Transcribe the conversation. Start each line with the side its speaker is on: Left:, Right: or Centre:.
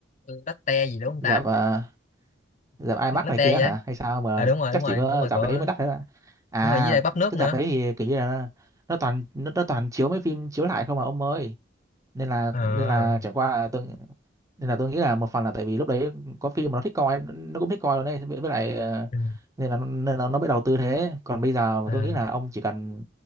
Left: latte gì đúng không
Right: dạp
Left: ta
Right: ờ, dạp IMAX
Left: latte
Right: này kia
Left: vậy
Right: hả hay sao mà
Left: à đúng rồi
Right: chắc
Left: đúng rồi
Right: chỉ có
Left: đúng rồi
Right: dạp
Left: có
Right: đấy mới đắt đấy ạ. à
Left: đúng rồi với lại bắp nước
Right: cái
Left: nữa
Right: dạp đấy thì kiểu như là nó nó toàn nó, nó toàn chiếu mấy phim chiếu lại không mà ông ơi nên là
Left: Ờ,
Right: nên là chẳng qua là tôi nên là tôi nghĩ là một phần là tại vì lúc đấy có phim mà nó thích coi nó cũng thích coi luôn đấy với với lại ờ,
Left: ừ,
Right: nên là nó- nên là nó mới đầu tư thế còn bây giờ
Left: à,
Right: tôi nghĩ là ông chỉ cần